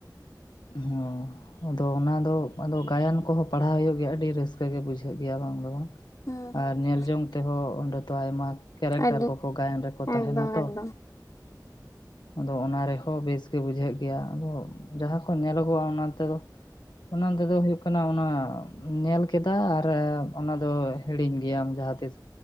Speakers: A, on the left; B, on the left.
A: ᱦᱚᱸ ᱟᱫᱚ ᱚᱱᱟ ᱫᱚ ᱟᱫᱚ ᱜᱟᱭᱟᱱ ᱠᱚᱦᱚ ᱯᱟᱲᱦᱟᱣ ᱦᱩᱭᱩᱜ ᱜᱮᱭᱟ ᱟᱹᱰᱤ ᱨᱟᱹᱥᱠᱟᱹ ᱜᱮ ᱵᱩᱡᱷᱟᱹᱜ ᱜᱮᱭᱟ ᱵᱟᱝ ᱫᱚ ᱵᱟᱝ᱾
B: ᱦᱩᱸ ᱦᱩᱸ
A: ᱟᱨ ᱧᱮᱞ ᱡᱚᱝ ᱛᱮᱦᱚ ᱚᱸᱰᱮ ᱫᱚ ᱟᱭᱢᱟ ᱠᱮᱨᱮᱠᱴᱟᱨ
B: ᱟᱹᱰᱤ
A: ᱠᱚᱠᱚ ᱜᱟᱭᱟᱱ ᱨᱮᱠᱚ ᱛᱟᱦᱮᱱᱟ
B: ᱮᱠᱫᱚᱢ
A: ᱛᱚ᱾
B: ᱮᱠᱫᱚᱢ
A: ᱟᱫᱚ ᱚᱱᱟ ᱨᱮᱦᱚ ᱵᱮᱥ ᱜᱮ ᱵᱩᱡᱷᱟᱹᱜ ᱜᱮᱭᱟ ᱟᱫᱚ ᱡᱟᱦᱟ <inaudible> <unintelligible> ᱧᱮᱞᱜᱼᱟ ᱚᱱᱟ ᱛᱮ ᱫᱚ? <inaudible> ᱚᱱᱟ ᱛᱮᱫᱚ ᱦᱩᱭᱩᱜ ᱠᱟᱱᱟ ᱚᱱᱟ ᱧᱮᱞ ᱠᱮᱫᱟ ᱟᱨ ᱚᱱᱟ ᱫᱚ ᱦᱮᱲᱤᱧ ᱜᱮᱭᱟᱢ ᱡᱟᱦᱟᱸᱛᱤᱥ᱾